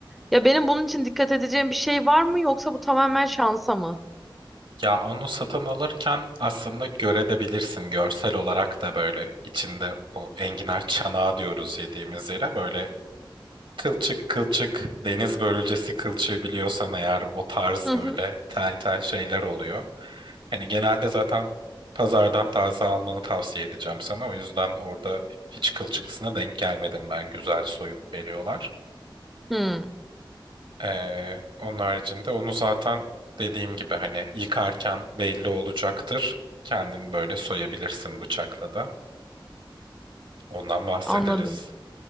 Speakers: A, in the centre; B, on the right.
A: Ya benim bunun için dikkat edeceğim bir şey var mı yoksa bu tamamen şansa mı?
B: Ya onu satın alırken aslında görebilirsin görsel olarak da böyle içinde o enginar çanağı diyoruz yediğimiz yere böyle Kılçık kılçık deniz börülcesi kılçığı biliyorsan eğer o tarz
A: Hı
B: böyle
A: hı.
B: tel tel şeyler oluyor. Hani genelde zaten pazardan taze almanı tavsiye edeceğim sana. O yüzden orada hiç kılçıklısına denk gelmedim ben. Güzel soyup veriyorlar.
A: Hı,
B: Ee, onun haricinde onu zaten dediğim gibi hani yıkarken belli olacaktır. Kendin böyle soyabilirsin bıçakla da. Ondan bahsederiz.
A: anladım.